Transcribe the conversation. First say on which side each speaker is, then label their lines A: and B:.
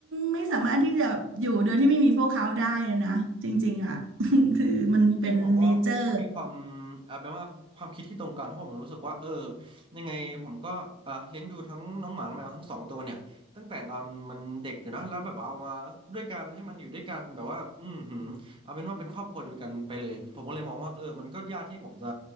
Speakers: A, on the right; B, on the right.
A: ไม่สามารถที่จะอยู่โดยที่ไม่มีพวกเขาได้อะนะจริงๆอ่ะ <laughs> คือมันเป็นเนเจอร์
B: จริงๆผมว่าก็มีความอาจเป็นว่าความคิดที่ตรงกันเพราะผมรู้สึกว่าเออยังไงผมก็อ่ะเลี้ยงดูทั้งน้องหมาน้องแมวทั้งสองตัวเนี่ยตั้งแต่ตอนมันเด็กอยู่นะแล้วแบบเอามาด้วยกันให้มันอยู่ด้วยกันแบบว่าอืมหืมเอาเป็นว่าเป็นครอบครัวเดียวกันไปเลยผมก็เลยมองว่าเออมันก็ยากที่ผมจะ